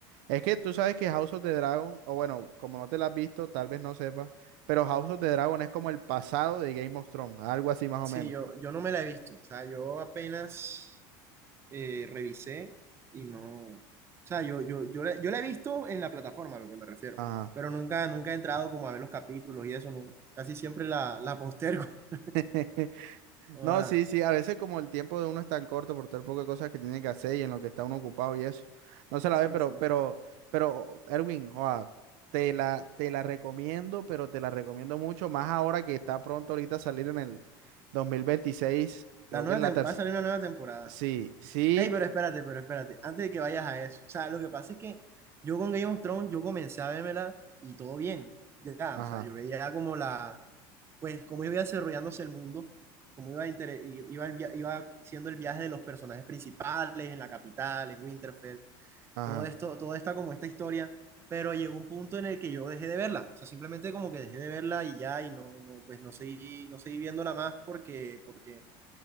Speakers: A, on the right; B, on the right.
A: Es que tú sabes que House of the Dragon, o bueno, como no te la has visto, tal vez no sepas, pero House of the Dragon es como el pasado de Game of Thrones, algo así más o
B: Sí,
A: menos.
B: yo, yo no me la he visto. O sea, yo apenas eh, revisé y no, o sea, yo, yo, yo, la- yo la he visto en la plataforma, a lo que me refiero,
A: Ajá.
B: pero nunca, nunca he entrado como a ver los capítulos y eso, no, casi siempre la, la postergo. <laughs>
A: <laughs>
B: Ah,
A: No, sí, sí, a veces como el tiempo de uno es tan corto por todo el poco de cosas que tiene que hacer y en lo que está uno ocupado y eso, no se la
B: sí,
A: ve, pero,
B: sí.
A: pero, pero, Erwin, joa, te la, te la recomiendo, pero te la recomiendo mucho, más ahora que está pronto ahorita a salir en el 2026 creo
B: La nueva
A: que es la
B: tem-
A: tercera,
B: va a salir una nueva temporada.
A: sí, sí,
B: Ey, pero espérate, pero espérate, antes de que vayas a eso, o sea, lo que pasa es que yo con Game of Thrones, yo comencé a vérmela y todo bien, ya,
A: ajá,
B: o sea, yo veía como la pues cómo iba desarrollándose el mundo, cómo iba, inter- iba, el via- iba siendo el viaje de los personajes principales en la capital, en Winterfell,
A: ajá,
B: todo esto, toda esta como esta historia, pero llegó un punto en el que yo dejé de verla, o sea, simplemente como que dejé de verla y ya, y no, no, pues no seguí, no seguí viéndola más porque, porque